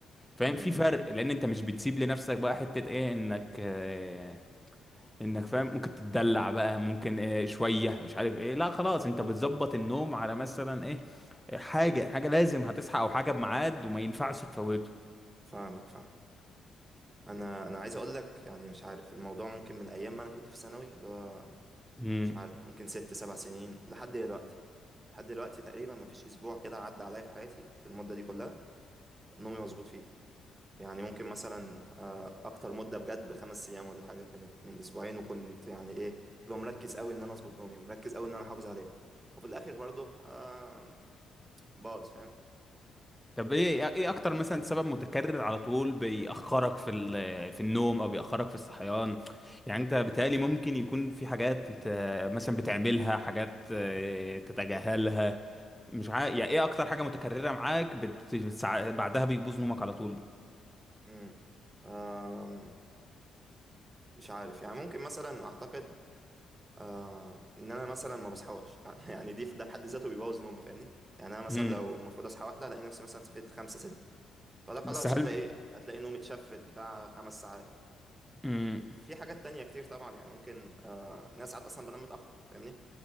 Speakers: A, in the centre; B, on the right.
A: فاهم
B: امم
A: في فرق لان انت مش بتسيب لنفسك بقى حته ايه انك آه، انك فاهم ممكن تتدلع بقى ممكن إيه شويه مش عارف ايه لا خلاص انت بتظبط النوم على مثلا ايه حاجه حاجه لازم هتصحى او حاجه بميعاد وما ينفعش تفوته
B: فاهمك فاهم انا انا عايز اقول لك يعني مش عارف الموضوع ممكن من ايام ما انا كنت في ثانوي اللي هو
A: امم
B: مش عارف ممكن ست سبع سنين لحد دلوقتي لحد دلوقتي تقريبا مفيش اسبوع كده عدى عليا في حياتي في المده دي كلها نومي مظبوط فيه يعني ممكن مثلا آه، اكتر مده بجد بخمس ايام ولا حاجه كانت من اسبوعين وكنت يعني ايه لو مركز قوي ان انا اظبط نومي مركز قوي ان انا احافظ عليه وفي الاخر برضه آه، باظ فاهم
A: طب ايه ايه اكتر مثلا سبب متكرر على طول بيأخرك في ال- في النوم او بيأخرك في الصحيان يعني انت بيتهيألي ممكن يكون في حاجات انت مثلا بتعملها حاجات آه، تتجاهلها مش عارف يعني ايه اكتر حاجة متكررة معاك بت... بتسع... بعدها بيبوظ نومك على طول
B: مم. آم، مش عارف يعني ممكن مثلا اعتقد آم، ان انا مثلا ما بصحاش <laughs> يعني دي ده في حد ذاته بيبوظ نومي فاهمني يعني انا مثلا
A: امم
B: لو المفروض اصحى واحده الاقي نفسي مثلا صحيت خمسة ست فده خلاص
A: بس هل
B: هتلاقي هتلاقي نومي اتشفت بتاع خمس ساعات
A: امم
B: في حاجات تانية كتير طبعا يعني ممكن آه ناس ساعات أصلا بنام متأخر فاهمني